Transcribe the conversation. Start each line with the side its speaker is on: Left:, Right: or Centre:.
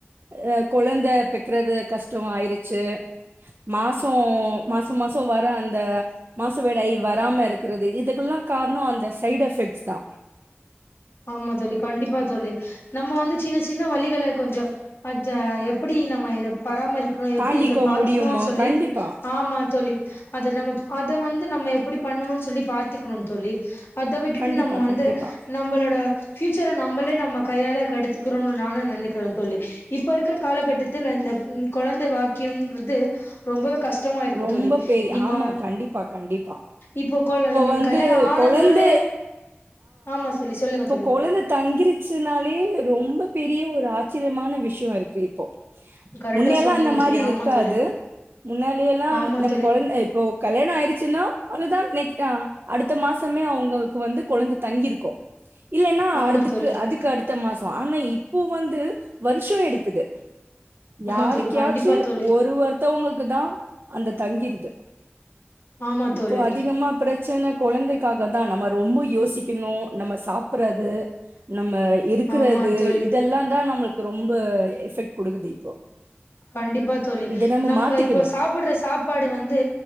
Right: அ குழந்த பெக்கறது கஷ்டம் ஆயிருச்சு மாச மாசம் மாசம் வர அந்த மாசம் வெடாய் வர வராம இருக்கிறது இதுக்கெல்லாம் காரணம் அந்த சைடு எஃபெக்ட்ஸ் தா
Left: ஆமா தோழி கண்டிப்பா தோழி நம்ம வந்து சின்ன சின்ன வலிகள கொஞ்ச அஜ எப்படி நம்ம இத பராமரிக் ருக்கணும் எப்படி
Right: தாங்கிக்க
Left: இந்த பாத்துக்கணு
Right: முடியுமா
Left: சொல்லி
Right: கண்டிப்பா
Left: ஆமா தோழி அது நம்ம அத வந்து நம்ம எப்படி பண்ணணும்னு சொல்லி பாத்துக்கணு தோழி அத விட்டுட்டு
Right: கண்டிப்பா
Left: நம்ம வந்து
Right: கண்டிப்பா
Left: நம்பளோ ஏ பியூச்சர நம்மளே நம்ம கையாள கேடுத்துக்றோன்னு நாணு நெனக்கிறன் தோழி இப்ப இருக்குற காலகட்டத்துல இந்த கொழந்த பாக் கியம்ன்றது ரொம்பவே கஷ்டமா இருக்கு
Right: ரொம்ப
Left: தோழி
Right: பெரிய
Left: நீங்க
Right: ஆமா
Left: வந்
Right: கண்டிப்பா கண்டிப்பா
Left: இப்போ கொழ நீங்க
Right: வந்து
Left: கல்யாணம் ஆனதோட
Right: கொழந்தை
Left: ஆமா சொல்லு சொல்லுங்க
Right: கொழந்தை தங்கிருச்சுனாலே ரொம்ப பெரிய ஒரு ஆச்சரியமான விஷயம் இருக்கு இப்போ
Left: கரெக்டா
Right: முன்னையல்லா
Left: சொன்னீங்க
Right: அந்த மாரி
Left: தோழி
Right: இரு
Left: ஆமா
Right: க்காது
Left: தோழி
Right: முன்னாடியல்லா
Left: ஆமா
Right: நம்
Left: தோழி
Right: கொழந்த இப்போ கல்யாண ஆயிருச்சின்னா அதுதா நெக்ஸ்ட் ஆ அடுத்த மாசமே அவுங்க வந்து கொழந்த தங்கியிருக்கும் இல்லன்னா
Left: ஆமா
Right: அதுக்கு
Left: தோழி
Right: அதுக்கு அடுத்த மாசம் ஆனா இப்போ வந்து வருஷம் எடுக்குது
Left: ஆமா
Right: யாருக்கயாச்சு
Left: தோழி கண்டிப்பா தோ
Right: ஒரு ஒருத்தவங்களுக்கு தா அந்த தங்கிருது
Left: ஆமா தோழி
Right: இப்போ அதிகமா பிரெச்சன கொழந்தைக் க்காக தா நம்ம ரொம்ப யோசிக்கணும் நம்ம சாப்ட்றது நம்ம இருக்குறது
Left: ஆமா தோழி
Right: இதெல்லா தா நமக் ரொம்ப எஃபெக்ட் குடுக்குது இப்போ
Left: கண்டிப்பா தோழி
Right: இத
Left: நம்ம
Right: மாத்திக்கணு
Left: இப்ப சாப்புடுற சாப்பாடு வந்து